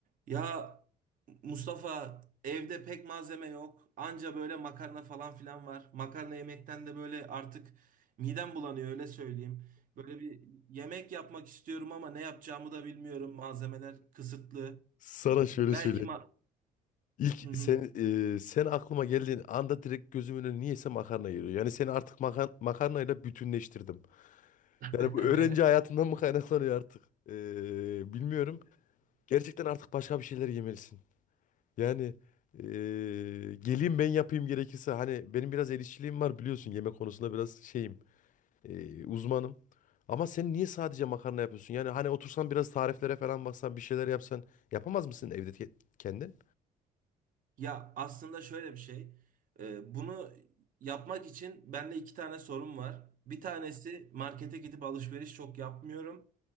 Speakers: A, on the right; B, on the left.
A: Ya Mustafa evde pek malzeme yok. Anca böyle makarna falan filan var. Makarna yemekten de böyle artık midem bulanıyor öyle söyleyeyim. Böyle bir yemek yapmak istiyorum ama ne yapacağımı da bilmiyorum. Malzemeler kısıtlı.
B: Sana şöyle
A: Belki
B: söyleyeyim.
A: ma
B: İlk
A: Hı hı.
B: sen e, sen aklıma geldiğin anda direkt gözümün önüne niyeyse makarna geliyor. Yani seni artık makarna makarnayla bütünleştirdim.
A: <laughs>
B: Yani bu öğrenci hayatından mı kaynaklanıyor artık? E, bilmiyorum. Gerçekten artık başka bir şeyler yemelisin. Yani e, geleyim ben yapayım gerekirse. Hani benim biraz el işçiliğim var biliyorsun. Yemek konusunda biraz şeyim. e, uzmanım. Ama sen niye sadece makarna yapıyorsun? Yani hani otursan biraz tariflere falan baksan bir şeyler yapsan yapamaz mısın evde ke- kendin?
A: Ya aslında şöyle bir şey. Ee, bunu yapmak için bende iki tane sorun var. Bir tanesi markete gidip alışveriş çok yapmıyorum.